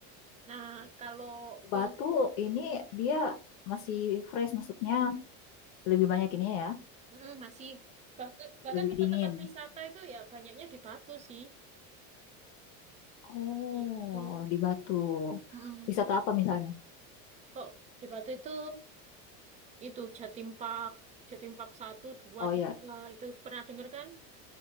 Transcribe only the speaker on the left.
Batu ini dia masih fresh maksudnya lebih banyak ini ya,
lebih
dingin.
Oh,
di Batu.
Wisata apa misalnya?
Oh iya,